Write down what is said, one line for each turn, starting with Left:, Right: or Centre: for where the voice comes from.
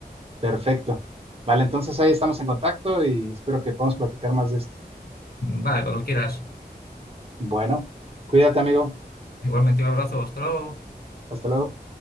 Right: Perfecto. Vale, entonces ahí estamos en contacto y espero que podamos platicar más de esto.
Left: Vale, cuando quieras.
Right: Bueno, cuídate, amigo.
Left: Igualmente un abrazo, hasta luego.
Right: Hasta luego.